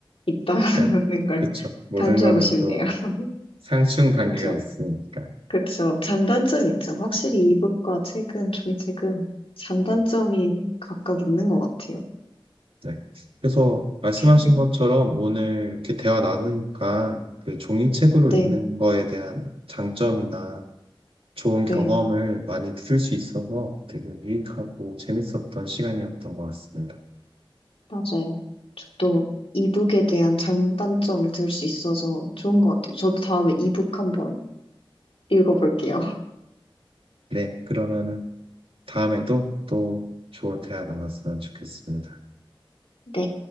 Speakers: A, on the left (about 85°); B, on the right (about 80°).
A: 있다는
B: 그러니까
A: 걸
B: 그쵸. 모든
A: 강조하고
B: 거는
A: 싶네요.
B: 또
A: <laughs>
B: 상충 관계가
A: 그쵸?
B: 있으니까.
A: 그쵸. 장단점 있죠. 확실히 이북과 책은, 종이책은 장단점이
B: 네.
A: 각각 있는 것 같아요.
B: 네. 그래서 말씀하신
A: <laughs>
B: 것처럼 오늘 이렇게 대화 나누니까 그 종이책으로
A: 네,
B: 읽는 거에 대한 장점이나 좋은 경험을
A: 네,
B: 많이 들을 수 있어서 되게 유익하고 재밌었던 시간이었던 것 같습니다.
A: 맞아요. 저도 이북에 대한 장단점을 들 수 있어서 좋은 것 같아요. 저도 다음에 이북 한번 읽어볼게요. <laughs>
B: 네. 그러면은 다음에도 또 좋은 대화 나눴으면 좋겠습니다.
A: 네.